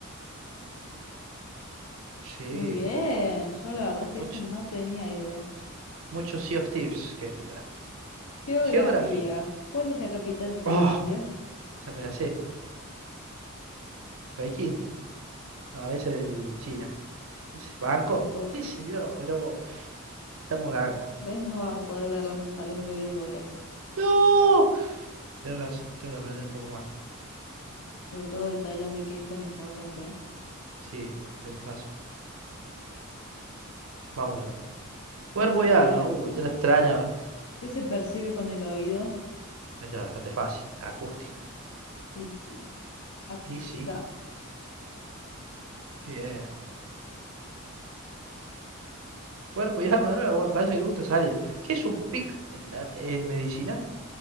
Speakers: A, on the right; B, on the left.
A: Sí,
B: Muy bien, yo la verdad es que
A: mucho,
B: eso no tenía idea.
A: mucho Sea of Thieves, querida.
B: Geografía.
A: Geography.
B: ¿Cuál es la capital de Tailandia?
A: Oh, esa me la sé. Pekín. No, esa es de de China. Ese es Bangkok.
B: Bangkok.
A: ¿Qué sé yo? Pero estamos gaga.
B: ¿Ves? No vas a poder verlos a los Ladyboy así.
A: ¡No! Tienes razón, tengo que aprender un poco más.
B: Sobre todo de Tailandia que es tan importante. ¿eh?
A: Sí, tienes razón. Vamos de nuevo. Cuerpo
B: Cuerpo
A: y alma.
B: y alma.
A: Uh, ya la extraña.
B: ¿Qué se percibe con el oído?
A: Esta es bastante fácil. La acústica.
B: Y sí, acústica.
A: Y sí, bien. Cuerpo y alma de nuevo, bueno, parece que le gusta salir. ¿Qué es un PIC en, en- en medicina?